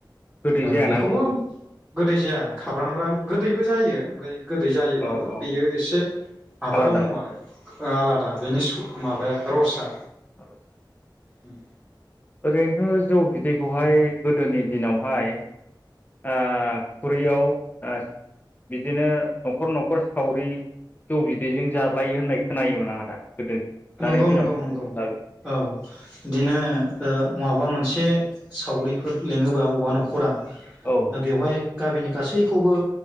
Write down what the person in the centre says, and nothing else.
बेखौबो
गोदै जाया खाब्रांब्रां गोदैबो जायो ओमफ्राय गोदै जायोबाबो
बेयो
एसे माबा
दङ आरो आलादा बेनि माबाया रसा
उम
नंगौ
नंगौ
नंगौ
औ बिदिनो ओ माबा मोनसे सावरिफोर लिङोबा अबेबा न'खरा
दा बेवहाय गामिनि गासैखौबो